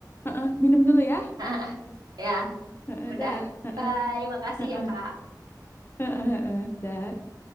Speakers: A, on the left; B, on the right.
A: heeh. Minum dulu ya.
B: ah, ah, ya
A: Heeh,
B: udah
A: dah. Heeh,
B: bye makasih
A: heeh,
B: ya kak
A: heeh, heeh, dah.